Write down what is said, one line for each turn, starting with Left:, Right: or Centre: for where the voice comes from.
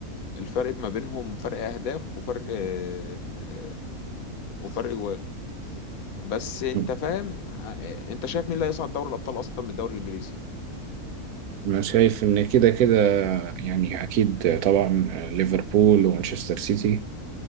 Left: الفرق ما بينهم فرق اهداف وفرق آه، آه، وفرق جوان بس انت
Right: م-
Left: فاهم آه، انت شايف مين اللي هيصعد دوري الابطال اصلا من الدوري الانجليزي
Right: أنا شايف إن كده كده يعني أكيد طبعا ليفربول ومانشستر سيتي